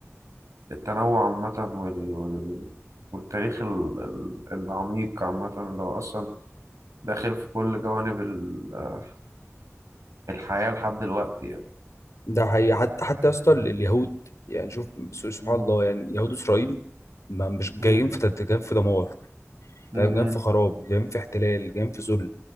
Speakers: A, on the right; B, on the left.
A: للتنوع عامة وال... وال... والتاريخ ال... ال- العميق عامة اللي هو أصلا داخل في كل جوانب ال- الحياة لحد دلوقتي يعني
B: ده حقيقي حتى حتى يا اسطى ال- اليهود يعني شوف س- سبحان
A: مم،
B: الله يعني يهود اسرائيل ما مش
A: مم.
B: جايين في تت- جايين في دمار
A: م-
B: فاهم
A: م-
B: جايين في خراب جايين في احتلال جايين في ذل